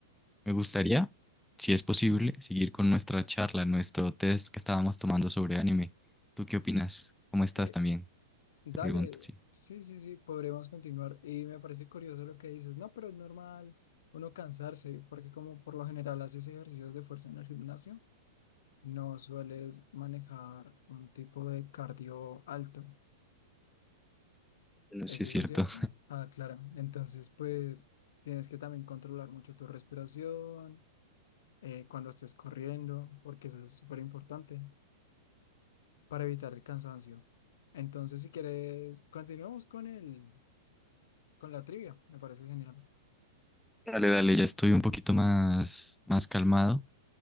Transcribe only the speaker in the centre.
me gustaría, si es posible, seguir con nuestra charla, nuestro test que estábamos tomando sobre anime. ¿Tú qué opinas? ¿Cómo estás
también?
Te pregunto, sí.
Bueno,
sí es
cierto.
<laughs> Dale, dale, ya estoy un poquito más, más calmado.